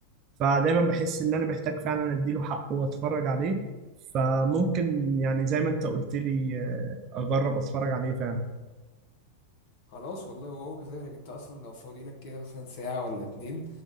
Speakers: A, on the right; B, on the left.
A: فدايما بحس ان انا محتاج فعلا اديله حقه واتفرج عليه فممكن يعني زي ما انت قلت لي آه، اجرب اتفرج عليه فعلا
B: خلاص والله وهو كذلك انت اصلا لو فاضي لك كده مثلا ساعة ولا اتنين